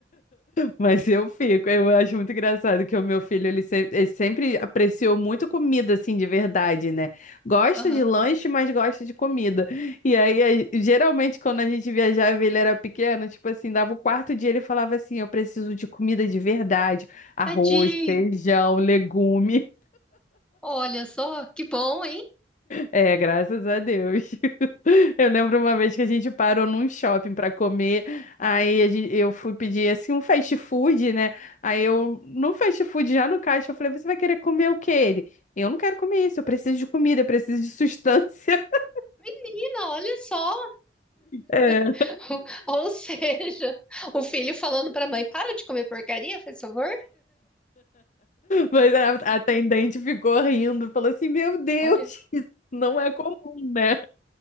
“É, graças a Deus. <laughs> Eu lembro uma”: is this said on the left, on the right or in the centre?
Left